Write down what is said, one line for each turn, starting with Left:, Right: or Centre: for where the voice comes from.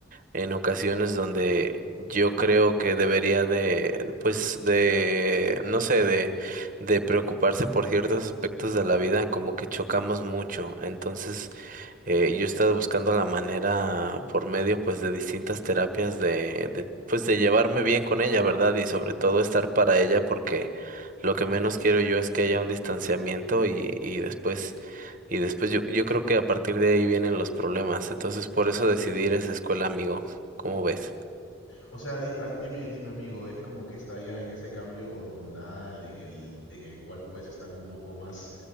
Right: en ocasiones donde yo creo que debería de, pues de, no sé, de, de preocuparse por ciertos aspectos de la vida, como que chocamos mucho. Entonces, eh, yo he estado buscando la manera por medio, pues, de distintas terapias de, de, pues, de llevarme bien con ella, ¿verdad? Y sobre todo estar para ella porque lo que menos quiero yo es que haya un distanciamiento y, y después y después yo, yo creo que a partir de ahí vienen los problemas. Entonces por eso decidí ir a esa escuela, amigo. ¿Cómo ves?
Left: O sea, di- ah, dime, dime, amigo, es como que está ya en ese cambio hormonal en el, en el cual pues están un poco más